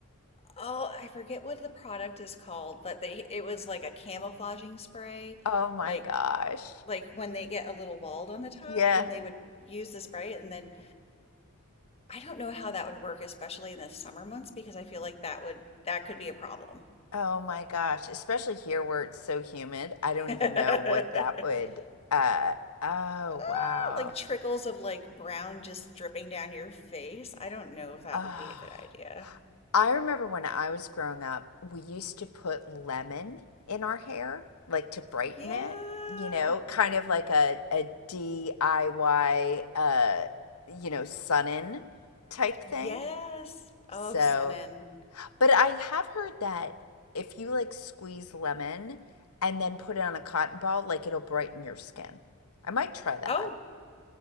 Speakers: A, on the left; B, on the left.
A: Oh, I forget what the product is called, but they it was like a camouflaging spray,
B: Oh my
A: like
B: gosh.
A: like when they get a little bald on the top
B: Yeah.
A: and they would use the spray and then I don't know how that would work, especially in the summer months, because I feel like that would that could be a problem.
B: Oh my gosh. Especially here where it's so humid. I don't
A: <laughs>
B: even know what that would uh oh
A: Ah,
B: wow.
A: Like trickles of like brown just dripping down your face. I don't know if that
B: Ah.
A: would be a good idea.
B: I remember when I was growing up, we used to put lemon in our hair, like to brighten
A: Yeah.
B: it, you know, kind of like a a DIY uh you know, sun in type thing.
A: Yes.
B: So
A: Oh, sun in.
B: But I have heard that if you like squeeze lemon and then put it on a cotton ball, like it'll brighten your skin. I might try that.
A: Oh,